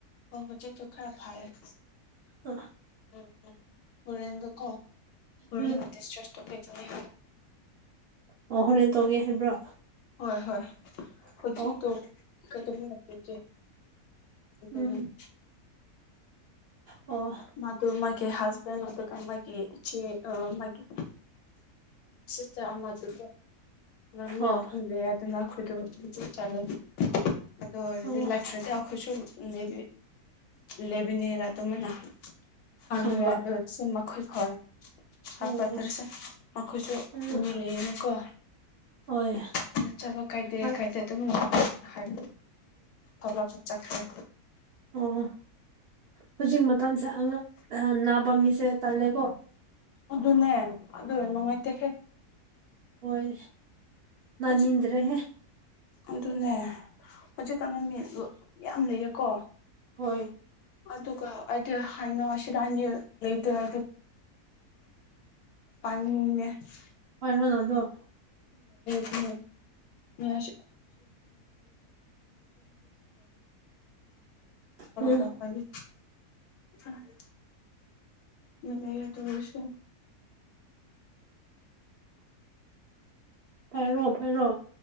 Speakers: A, on the left; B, on the right.
A: ꯑꯣ ꯍꯧꯖꯤꯛꯗ ꯈꯔ ꯐ ꯍꯥꯏꯔ
B: ꯑꯥ
A: ꯎꯝꯝ ꯍꯣꯔꯦꯟꯗꯨꯀꯣ
B: ꯎꯝ
A: ꯍꯦꯟꯅꯗꯤꯁ ꯄꯗꯨ ꯍꯥꯏ
B: ꯑꯣ ꯍꯣꯔꯦꯟ ꯇꯧꯒꯦ ꯍꯥꯏꯕ꯭ꯔꯣ
A: ꯍꯣꯏ ꯍꯣꯏ
B: ꯑꯣ
A: ꯍꯧꯖꯤꯛꯇꯣ ꯀꯗꯝ ꯂꯥꯛꯄꯤꯒꯦ ꯑ
B: ꯎꯝ ꯑꯣ
A: ꯃꯗꯨ ꯃꯥꯒꯤ ꯍꯁꯕꯦꯟ ꯑꯗꯨꯗꯨ ꯃꯥꯒꯤ ꯏꯆꯦ ꯃꯥꯒꯤ ꯁꯤꯁꯇꯔ ꯑꯃꯗꯨꯁꯨ ꯅꯝ
B: ꯑꯣ
A: ꯌꯥꯎꯍꯨꯝꯂꯦ ꯑꯗꯨꯅ ꯑꯩꯈꯣꯏꯗꯃꯛ ꯆꯠꯂꯦ ꯑꯗꯨ ꯑꯣꯏꯔꯗꯤ
B: ꯑꯣ
A: ꯂꯥꯛꯆ꯭ꯔꯗꯤ ꯑꯩꯈꯣꯏꯁꯨ ꯂꯩ ꯂꯩ ꯑꯗꯨꯃꯥꯏꯅ ꯐꯪꯉ꯭ꯔꯦ
B: ꯈꯝꯕ
A: ꯑꯗꯨꯁꯨꯨꯝ ꯃꯈꯣꯏ ꯍ ꯍꯥꯞꯐꯠꯇ꯭ꯔꯁꯨ
B: ꯑꯣ ꯑꯣ
A: ꯃꯈꯣꯏꯁꯨ
B: ꯎꯝ
A: ꯃꯤ ꯂꯩꯌꯦꯅꯤꯀꯣ
B: ꯍꯣꯏ
A: ꯑꯗꯨ ꯆꯠꯄ ꯀꯥꯏꯗꯦ
B: ꯑꯣ
A: ꯀꯥꯏꯗꯦ ꯑꯗꯨꯝ ꯉꯝꯅ ꯍꯥꯏ ꯊꯣꯛꯂꯛ ꯆꯠꯈ꯭ꯔꯦ
B: ꯑꯣ ꯍꯧꯖꯤꯛ ꯃꯇꯝꯁꯦ ꯅꯥꯕ ꯃꯤꯁꯦ ꯇꯜꯂꯦꯀꯣ
A: ꯑꯗꯨꯅꯦ ꯑꯗꯨ ꯅꯨꯡꯉꯥꯏꯇꯦ ꯍꯦꯛ
B: ꯍꯣꯏ ꯅꯥꯟꯅꯤꯡ
A: ꯍꯧꯖꯤꯛ
B: ꯗ꯭ꯔꯦꯍꯦ
A: ꯑꯗꯨꯅꯦ ꯍꯧꯖꯤꯛꯀ ꯅꯨꯃꯤꯠ ꯌꯥꯝ ꯂꯩꯌꯦꯀꯣ
B: ꯍꯣꯏ
A: ꯑꯗꯨꯒ ꯑꯩꯗꯤ ꯍꯩꯅꯣꯁꯤꯗꯅꯤ ꯂꯩꯇ ꯍꯥꯏꯗꯤ ꯄꯅꯤ ꯂ <unintelligible>
B: ꯄꯥꯏꯔꯣꯅꯗꯣ
A: ꯍꯥꯏꯂ
B: ꯎꯝ
A: ꯀ ꯍꯥꯏ <unintelligible> ꯃꯤ ꯂꯩ ꯑꯗꯨ ꯑꯣꯏꯁꯨ
B: ꯐꯥꯔꯣ ꯐꯥꯔꯣ